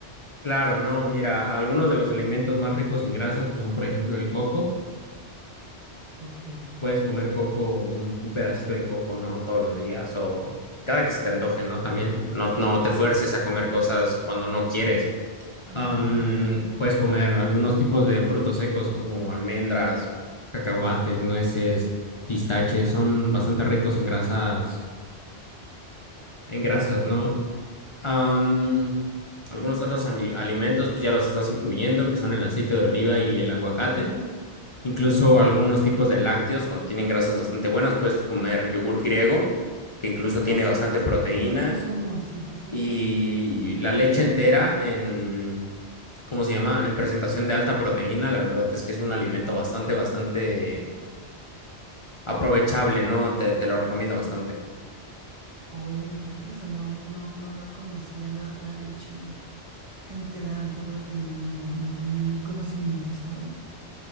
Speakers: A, on the left; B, on the right.
A: Claro, no, mira, algunos de los alimentos más ricos en grasas, pues son, por ejemplo, el coco
B: Ok.
A: puedes comer coco, un, un pedacito de coco, ¿no? Todos los días o cada que se te antoje, ¿no? También no, no te fuerces a comer cosas cuando no quieres.
B: Ajá.
A: Am, puedes comer algunos tipos de frutos secos como almendras, cacahuates, nueces, pistaches, son bastante ricos en grasas, en grasas, ¿no? Am, algunos otros ali- alimentos, pues ya los estás incluyendo, que son el aceite de oliva y el aguacate. Incluso
B: ujú.
A: algunos tipos de lácteos contienen grasas bastante buenas. Puedes comer yogurt griego, que incluso tiene
B: Ah, sí,
A: bastante
B: sí, sí,
A: proteína,
B: también lo consumo. Sí, sí, sí.
A: y la leche entera en, ¿cómo se llama? En presentación de alta proteína. La verdad es que es un alimento bastante, bastante aprovechable, ¿no? Te, te lo recomiendo bastante.
B: Oye, mira que esa no, no, no la conocía la, la leche. entera alta proteína, no, no tenían el conocimiento, ¿sabes?